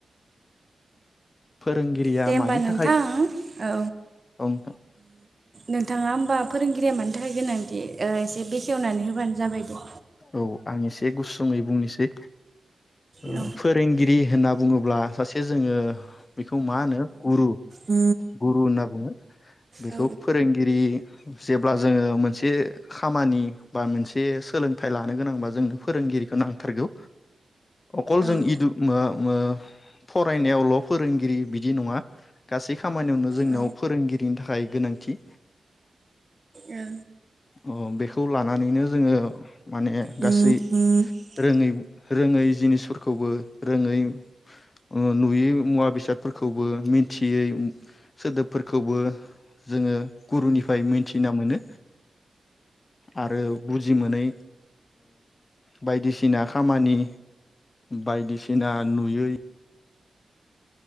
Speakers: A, on the left; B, on the right.
A: फोरोंगिरिया
B: दे ओमबा
A: मानि
B: नोंथां
A: थाखाय
B: औ
A: औ नोंथां
B: नोंथाङा ओमबा फोरोंगिरिया मानि थाखाय गोनांदि ओ इसे बेखेवनानै होबानो जाबाय दे।
A: औ आं एसे गुसुङै बुंनोसै ओ
B: औ
A: फोरोंगिरि होनना बुङोब्ला सासे जोङो बेखौ मा होनो गुरु
B: औ
A: गुरु होनना बुङो बेखौ
B: औ
A: फोरोंगिरि जेब्ला जोङो मोनसे खामानि बा मोनसे सोलों थाय लानो गोनांबा जोंनो फोरोंगिरिखौ नांथारगौ। अकल जों
B: ओ
A: इदु <unintelligible> मो फरायनायावल' फोरोंगिरि बिद दि नङा गासै खामानियावनो जोंनाव
B: औ
A: फोरोंगिरिनि थाखाय गोनां थि
B: ओ
A: ओ बेखौ लानानैनो जोङो माने
B: नोंथां
A: गासै रोङै रोङै जिनिसफोरखौबो रोङै ओ नुयै मुवा बेसादफोरखौबो मिन्थियै सोदोबफोरखौबो जोङो गुरुनिफ्राय मोनथिना मोनो आरो बुजि मोनै बायदिसिना खामानि बायदिसिना नुयै